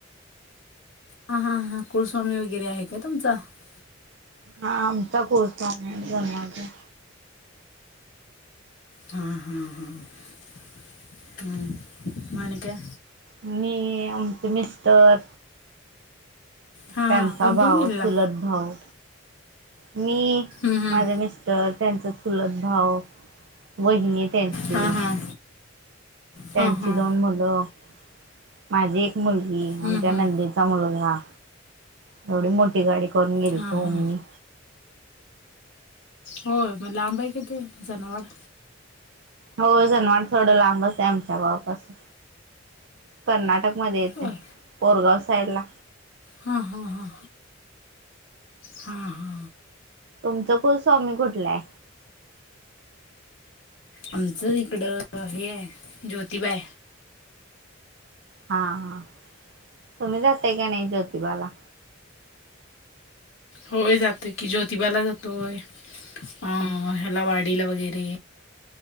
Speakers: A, on the left (about 75°); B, on the right (about 60°).
A: हा हां हा कुळस्वामी वगैरे आहे का तुमचा हा
B: हा आमचा <unintelligible>
A: हा हा हा हम् मग आणि काय
B: मी आमचे मिस्टर
A: हा
B: त्यांचा
A: हा कोण
B: भाऊ
A: कोण गेलेला
B: चुलत भाऊ मी
A: हम्म, हम्म.
B: माझे मिस्टर त्यांचा चुलत भाऊ वहिनी त्यांची
A: हा हा
B: त्यांची
A: हा हा
B: दोन मुलं माझी मुलगी
A: हम्म,
B: आमच्या
A: हम्म.
B: नंदेचा मुलगा एवढी मोठी गाडी करून गेलतो
A: हा हा
B: मी
A: हो मग लांब आहे की जनावर
B: हो जनवाड थोडं लांबच आहे आमच्या गावापासून कर्नाटक मध्ये येते
A: होय
B: पोरगाव सायला
A: हा हा हा हा हा
B: तुमचं कुल स्वामी कुठलाय
A: आमचं इकड हे आहे ज्योतिबा
B: हा हा तुम्ही जातय क नाही ज्योतिबाला
A: होय जातोय की ज्योतिबाला जातोय अं ह्याला वाडीला वगैरे